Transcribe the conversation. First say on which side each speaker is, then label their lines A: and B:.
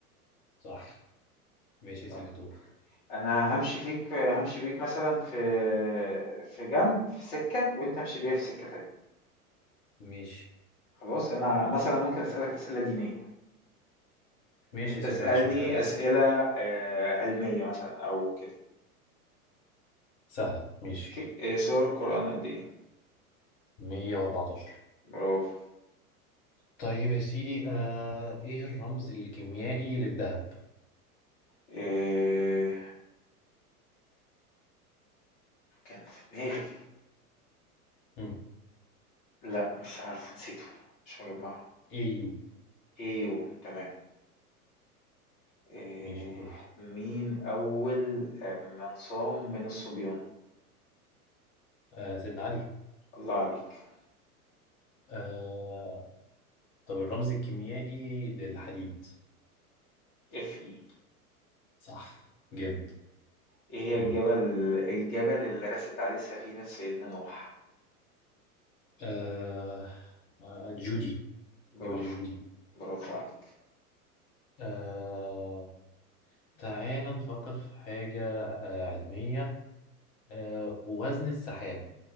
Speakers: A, on the left; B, on the left.
A: صح ماشي يا
B: طيب
A: سيدي دورك
B: انا همشي فيك همشي بيك مثلا في في جنب في سكة وانت امشي بيا في سكة تانية
A: ماشي
B: خلاص انا مثلا ممكن اسألك اسئلة دينية
A: ماشي
B: انت
A: يا
B: اسألني
A: سيدي ما عنديش مشكله
B: اسئلة آه، علمية مثلا او كده
A: سهله ماشي
B: ك- آه، سور القرآن قد ايه
A: 114
B: برافو
A: طيب يا سيدي أه ايه الرمز الكيميائي للذهب
B: آه، كان في دماغي
A: هم
B: لا مش عارف نسيته مش مجمعه
A: اي يو
B: ايوه تمام آه،
A: ماشي دورك
B: مين أول آه، من صام من الصبيان؟
A: أه سيدنا علي
B: الله عليك
A: أه طب الرمز الكيميائي للحديد
B: اف اي
A: صح جامد
B: ايه هي
A: دورك
B: الجبل الجبل اللي رست عليه سفينة سيدنا نوح
A: آه آه، جودي
B: برافو
A: جبل الجودي
B: برافو عليك
A: آه تعال نفكر في حاجة آه علمية آه وزن السحاب